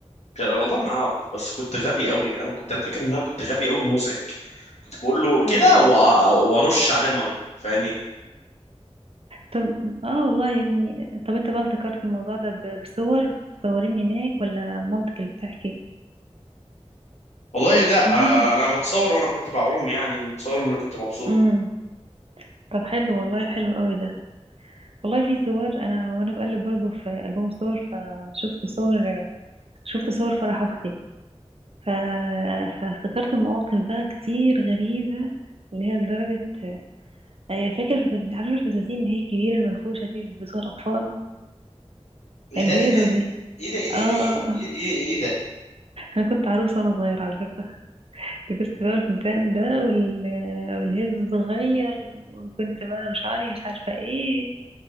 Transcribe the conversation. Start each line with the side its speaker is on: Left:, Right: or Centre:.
Left: والله ما اعرف بس كنت غبي قوي انا كنت انا فاكر ان انا كنت غبي قوي ومزعج كنت بقول له كده
Right: اه
Left: و- وارش عليه ميه فاهمني
Right: طب اه والله يا ابني طب انت بقى افتكرت الموضوع ده ب- بصور صورين هناك ولا مامتك اللي بتحكي
Left: والله لا
Right: انا
Left: آه،
Right: حاسه
Left: انا متصور وانا كنت بعوم يعني ومتصور ان انا كنت مبسوط
Right: امم طب حلو والله حلو قوي ده والله في صور انا وانا بقلب برضو في ألبوم الصور فشفت صور شفت صور فرح اختي ف... فافتكرت مواقف بقى كتير غريبة اللي هي لدرجة أي فاكر الفز- عارف الفساتين اللي هي الكبيرة المنفوشة دي اللي بيلبسوها الأطفال
Left: ايه
Right: البيضة
Left: ده ايه ده
Right: دي
Left: ايه ده ايه ده
Right: اه اه
Left: ايه ده ايه ده ايه إيه-
Right: اه
Left: إيه ده
Right: أنا كنت عروسة وأنا صغيرة على فكرة لبست بقى الفستان ده وال... والهيلز الصغير وكنت بقى وشعري مش عارفة ايه